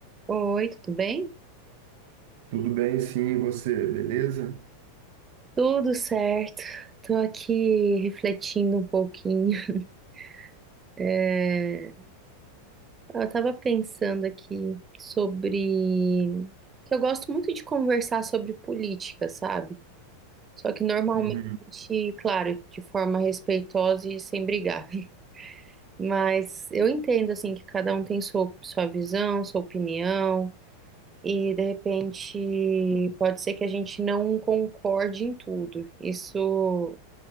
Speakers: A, on the right; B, on the right.
A: Oi, tudo bem?
B: Tudo bem, sim, e você, beleza?
A: Tudo certo. Tô aqui refletindo um pouquinho. <laughs> É, Eu tava pensando aqui sobre que eu gosto muito de conversar sobre política, sabe? Só que normalmente,
B: Uhum,
A: claro, de forma respeitosa e sem brigar. <laughs> Mas eu entendo assim que cada um tem sua, sua visão, sua opinião. E de repente pode ser que a gente não concorde em tudo. Isso